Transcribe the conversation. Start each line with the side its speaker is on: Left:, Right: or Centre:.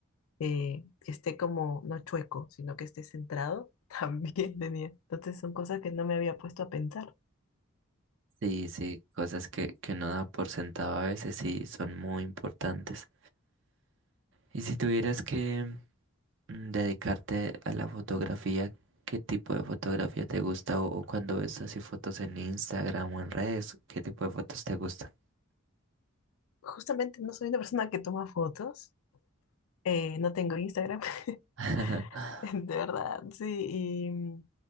Left: eh, que esté como, no chueco, sino que esté centrado, <laughs> también tenía. Entonces son cosas que no me había puesto a pensar.
Right: Sí, sí, cosas que, que uno da por sentado a veces sí son muy importantes. Y si tuvieras que mm, dedicarte a la fotografía, ¿qué tipo de fotografía te gusta? O, o cuando ves así fotos en Instagram o en redes, ¿qué tipo de fotos te gustan?
Left: Justamente no soy una persona que toma fotos Eh, no tengo Instagram, <laughs>
Right: <laughs>
Left: de verdad, sí. Y mm,